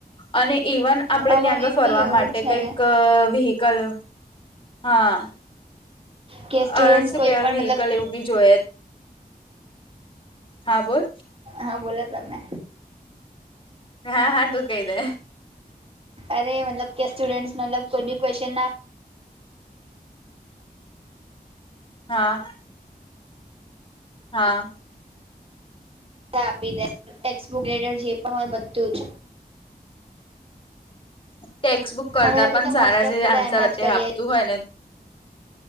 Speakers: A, on the left; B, on the right.
A: અને ઈવન આપડે
B: અમારે
A: ત્યાં આગળ ફરવા
B: બી એવું છે
A: કઈક અહ વ્હીકલ હા.
B: કે સ્ટુડન્ટસ
A: અહ શું
B: કોઈ
A: કેવાય
B: પણ
A: વ્હીકલ
B: મતલબ
A: એવું બી જોઈ હા બોલ
B: હા બોલો તમે.
A: હા હા તૂ કઈ દે.
B: અરે મતલબ કે સ્ટુડેન્ટ મતલબ કોઈ ક્વેશ્ચન ના
A: હા. હા.
B: આપી દે ટેક્સબુક લેટર જે પણ હોય બધું જ.
A: ટેક્સ્ટ બુક કરતા
B: અમે લોકો
A: પણ
B: તો
A: સારા
B: મોસ્ટ
A: જે
B: ઓફ બધા
A: આન્સર
B: એમાં
A: અત્યારે
B: જ કરીએ
A: આપતું હોય ને